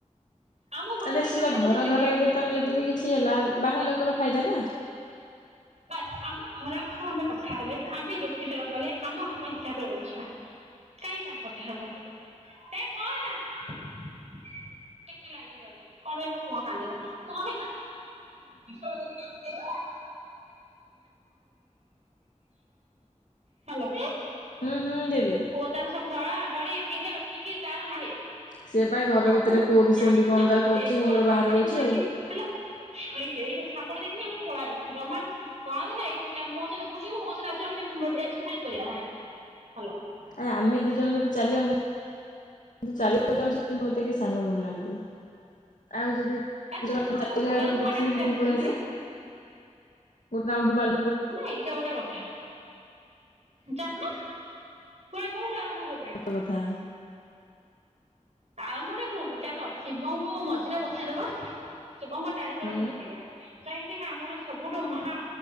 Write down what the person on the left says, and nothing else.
ଆଉ ନିଶ୍ଚିନା
ଘର
ଘର ଭିତରେ
ତମେ ଯଦି ବି କିଛି ହେଲା ବାହାର ଲୋକର ଫାଇଦା ନା
ହୁଁ, ହୁଁ, ଯିବି।
ସିଏ ପା ଘର
ଭିତରେ ପୁଅ ବି
ସେମିତି କଣ
ତାର
କରୁଛି
ମୁଁ
ମୋର
ବାହାରେ ବଇଚି
ଆଉ।
ଆ ଆମେ ଦି ଜଣ ଯଦି ଚାଲିବା ମୁ ମୁଁ ତୁ ଚାଲିବାକୁ ଚାହୁଁଛି କିନ୍ତୁ ମତେ କେହି ସାଙ୍ଗ ମିଳୁନାହାନ୍ତି ଆଉ ଯଦି
ଜଣାଡେ
ପୃଥିବୀ
ବୁଲ ପଳେଇଆସେ
ଗୋଟ ରାଉଣ୍ଡ ମାରି
ସତ କଥା
ହୁଁ।